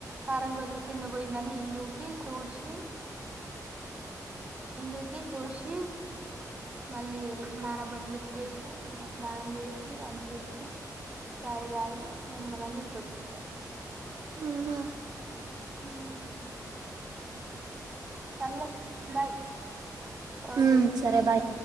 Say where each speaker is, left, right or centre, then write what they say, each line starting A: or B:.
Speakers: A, on the right (about 30°); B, on the right (about 80°).
A: కారం కొంచెం కింద పోయిందని ఇల్లుకి తుడ్చి ఇల్లుకి తుడ్సి మళ్ళీ నాన బట్టలు ఉతికేసి స్నానం చేసి అంట్టురుద్ది చాయతగి నిమ్మలంగా ఇడ్కొచ్చిన ఇగ
B: ఆహా
A: మ్మ్ సర్లే బాయ్ తర్వాత
B: ఉమ్
A: చెస్
B: సరే బాయ్